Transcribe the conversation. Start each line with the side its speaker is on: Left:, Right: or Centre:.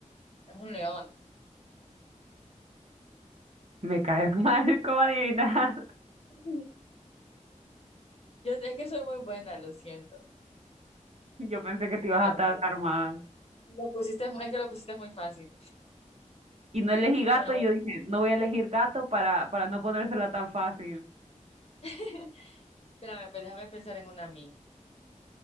Left: es un león.
Right: me cae mal, <laughs> ¿cómo adivinas?
Left: <laughs> Yo es que soy muy buena, lo siento.
Right: Yo pensé que te ibas
Left: No,
Right: a tardar
Left: mentira.
Right: más.
Left: Lo pusiste, mu- es que lo pusiste muy fácil.
Right: Y no elegí gato,
Left: Bueno,
Right: y
Left: voy-
Right: yo dije, no voy a elegir gato para, para no ponérsela tan fácil.
Left: <laughs> espérame, pues déjame pensar en una a mí.